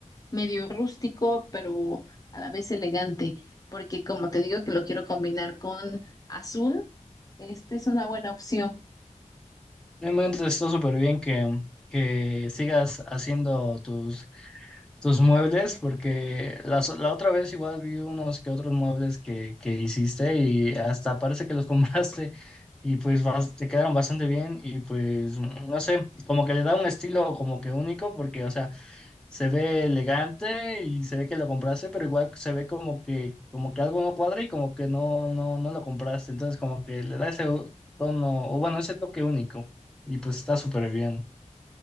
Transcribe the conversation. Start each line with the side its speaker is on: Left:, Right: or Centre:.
Left: medio rústico, pero a la vez elegante, porque como te digo que lo quiero combinar con azul, esta es una buena opción.
Centre: Realmente está súper bien que, que sigas haciendo tus tus muebles, porque la, so- la otra vez igual vi unos que otros muebles que, que hiciste y hasta parece que los <laughs> compraste y pues bas- te quedaron bastante bien y pues no sé, como que le da un estilo como que único porque, o sea, se ve elegante y se ve que lo compraste, pero igual se ve como que, como que algo no cuadra y como que no, no, no lo compraste, entonces como que le da ese tono, o bueno, ese toque único y pues está súper bien.